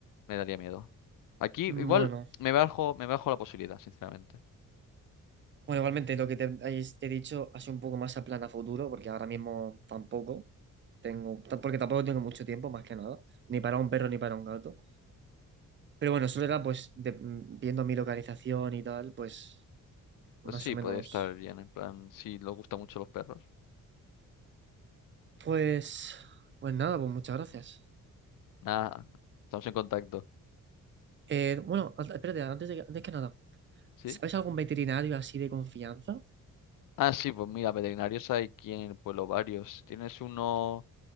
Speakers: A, on the left (about 70°); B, on the right (about 35°).
A: me daría miedo. Aquí
B: Mm,
A: igual
B: bueno.
A: me bajo, me bajo la posibilidad, sinceramente.
B: Bueno, igualmente lo que te he he dicho hace un poco más a plan a futuro, porque ahora mismo tampoco tengo, ta- porque tampoco tengo mucho tiempo, más que nada, ni para un perro ni para un gato. Pero bueno, eso era pues de- mm, viendo mi localización y tal, pues más
A: Pues sí,
B: o menos.
A: podría estar bien, en plan, si les gustan mucho los perros.
B: Pues, pues nada, pues muchas gracias.
A: Nada, estamos en contacto.
B: Eh, bueno, a- espérate, antes de, que- antes que nada,
A: ¿Sí?
B: ¿sabes algún veterinario así de confianza?
A: Ah, sí, pues mira, veterinarios hay aquí en el pueblo varios. Tienes uno,